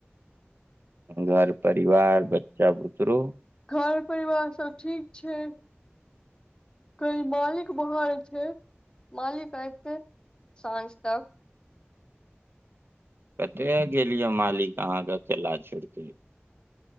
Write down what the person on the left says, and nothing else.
घर परिवार सब ठीक छै कनि मालिक बाहर छै, मालिक ऐते साँझ तक।